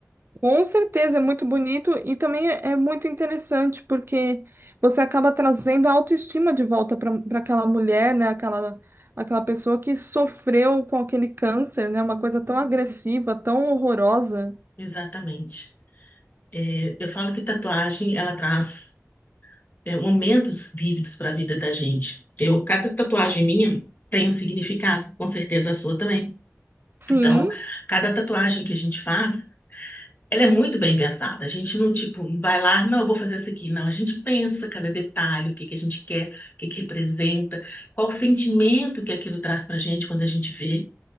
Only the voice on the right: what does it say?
com certeza é muito bonito e também é, é muito interessante porque você acaba trazendo a autoestima de volta para para aquela mulher, né? Aquela, aquela pessoa que sofreu com aquele câncer, né? Uma coisa tão agressiva, tão horrorosa.
Sim,